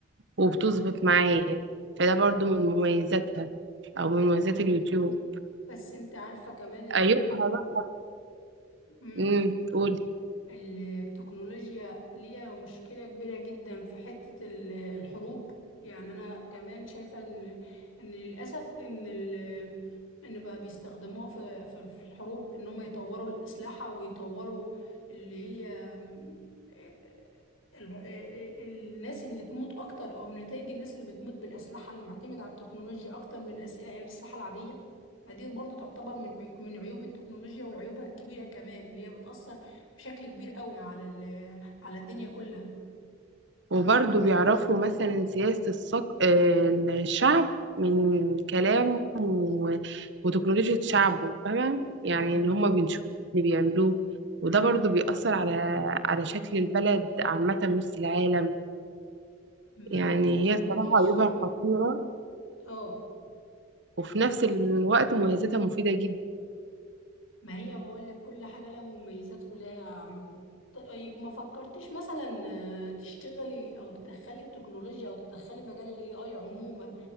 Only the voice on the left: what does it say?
بس انت عارفة كمان ان
مم.
التكنولوجيا ليها مشكلة كبيرة جدا في حتة ال- الحروب يعني أنا كمان شايفة إن إن للأسف إن ال إن بقى بيستخدموها في في في الحروب إن هم يطوروا الأسلحة ويطوروا اللي هي م- ال- ال- آه، آه، الناس اللي تموت أكتر أو نتائج الناس اللي بتموت بالأسلحة اللي معتمدة على التكنولوجيا أكتر من الأسئلة الأسلحة العادية فدي برضو تعتبر من عي- من عيوب التكنولوجيا وعيوبها الكبيرة كمان اللي هي بتأثر بشكل كبير قوي على ال... على الدنيا كلها
اه
ما
فكرتيش
اه
ما هي بقول لك كل حاجة لها مميزات ولها عيوب طيب ما فكرتيش مثلا آه، تشتغلي او تدخلي التكنولوجيا او تدخلي مجال الاي اي عموما